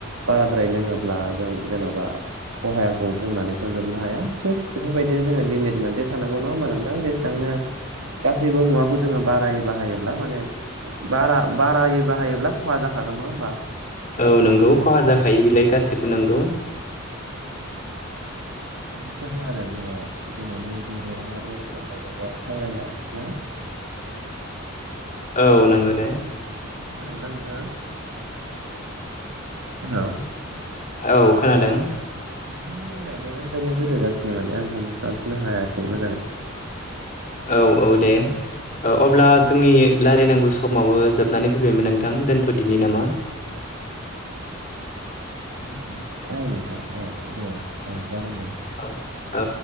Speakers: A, on the right; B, on the left.
A: बाराद्राय लोङोब्ला जों जेन'बा खहायाखौ बुंनानै फोजोबनो हाया थिक बेफोरबायदिनो जोङो लिमिट मोनसे थानांगौ नङा हा नोंथां। जे थांनो गासैबो मुवाखौ जोङो बारायै बाहायोब्ला माने बारा बारायै बाहायोब्ला खहा जाखागोन नङा होमबा।
B: औ नंगौ खहा जाखायो बेलाय गाससिबो नोंगौ।
A: बेफोरनो आरो जोङो दिनैनि दोरोङारि लोंनायनि सायाव सावरायनाय हो। <inaudible>
B: औ नोङो दे।
A: खोनादोंना नोंथाङा? हेल'
B: औ खोनादों।
A: <inaudible> दहायनिफ्रायनो गोदोगासिनो माने आं हमस्लाबनो हायाखै मोजाङै।
B: औ औ दे औ अब्ला जोंनि रायल्लायनांगौ समावबो जोबनानै फैबायमोन नोंथां दोनथ'दिनि नामा?
A: औ औ औ औ नोंथां औ दे औ। जागोन दे
B: औ औ।